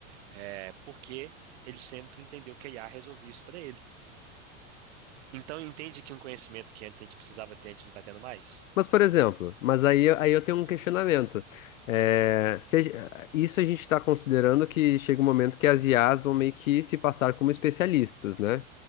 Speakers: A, on the right; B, on the left.
A: É, porque ele sempre entendeu que a IA resolvia isso para ele. Então entende que um conhecimento que antes a gente precisava ter, a gente não está tendo mais?
B: Mas, por exemplo, mas aí, eu- aí eu tenho um questionamento. É, se a ge- isso a gente está considerando que chega um momento que as IAs vão meio que se passar como especialistas, né?